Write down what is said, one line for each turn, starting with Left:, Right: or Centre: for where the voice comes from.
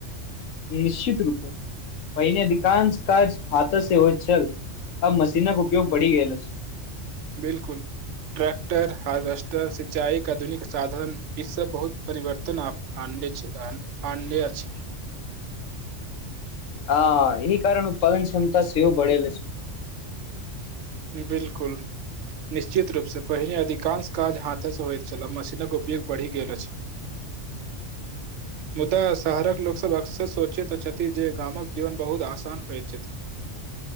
Left: निश्चित रूपे पहिने अधिकांश काज हाथ से हो चल आ मशीनक उपयोग बढ़ी गल छै
Right: बिलकुल ट्रैक्टर हार्वेस्टर सिंचाई के आधुनिक साधन ई सब बहुत परिवर्तन आने छै आ ने छै
Left: हा ई कारण उत्पादन क्षमता सेहोव बढ़ेल छै
Right: बिलकुल निश्चित रूपसे पहिने अधिकांश काज हाथेसँ होइत छलह मशीनक उपयोग बढ़ि गेल अछि
Left: हँ
Right: मुदा शहरक लोकसभ अक्सर सोचैत छथिन जे गामक जीवन बहुत आसान होइत छथि